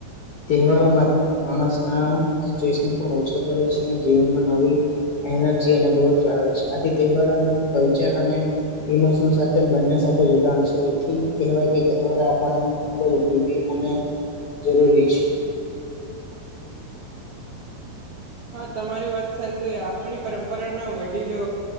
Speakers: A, on the left; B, on the right.
A: તહેવારોમાં માણસના સ્ટ્રેસને પણ ઓછો કરે છે અને જીવનમાં નવી એનર્જી અને ગ્રોથ છે આથી તહેવારોનું કલ્ચર અને ઈમોશનો સાથે બંને સાથે <unintelligible> છે એથી કહેવાય કે તહેવારો આપણને ખૂબ જ ઉપયોગી અને જરૂરી છે.
B: હા તમારી વાત સાજી છે આપણી પરંપરાના વડીલો